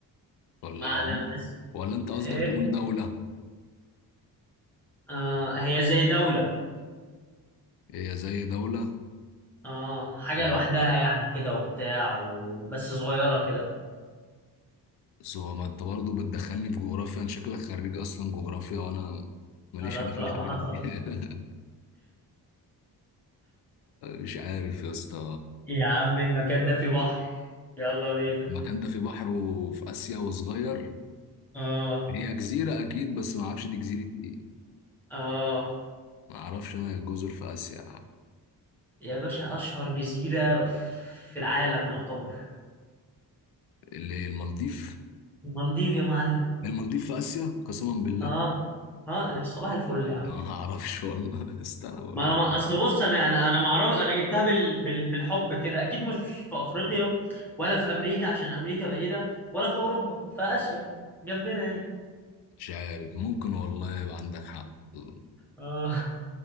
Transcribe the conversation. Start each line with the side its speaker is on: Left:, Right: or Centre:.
Centre: <laughs>
Left: ولا
Centre: معلم آسيا
Left: ولا انت قصدك
Centre: ايه
Left: تقول دولة
Centre: آه هي زي دولة
Left: هي زي دولة
Centre: اه حاجة
Left: يعني
Centre: لوحدها يعني كده وبتاع وبس صغيرة كده
Left: بس هو ما انت برضه بتدخلني في جغرافيا انت شكلك خريج اصلا جغرافيا وانا ماليش
Centre: على الطلاق
Left: انا في الحاجات
Centre: ما حصل
Left: دي <laughs> مش عارف يا اسطى
Centre: يا عم المكان ده فيه بحر يلا بينا
Left: المكان ده فيه بحر وفي آسيا وصغير
Centre: اه
Left: هي جزيرة أكيد بس ما أعرفش دي جزيرة إيه
Centre: اه
Left: ما أعرفش أنا جزر في آسيا
Centre: يا باشا اشهر جزيرة في العالم يعتبر
Left: اللي هي المالديف
Centre: المالديف يا معلم
Left: المالديف في آسيا قسما بالله
Centre: اه اه صباح الفل يا عم
Left: لا، ما أعرفش والله <laughs> استنى بقول
Centre: ما انا
Left: لك
Centre: ما اصل بص انا انا انا ما اعرف انا جبتها بال... بال... بالحب كده اكيد مش في افريقيا ولا في امريكا عشان امريكا بعيدة ولا في اوروبا في اسيا جنبنا هنا
Left: مش عارف ممكن والله يبقى عندك حق <laughs>
Centre: اه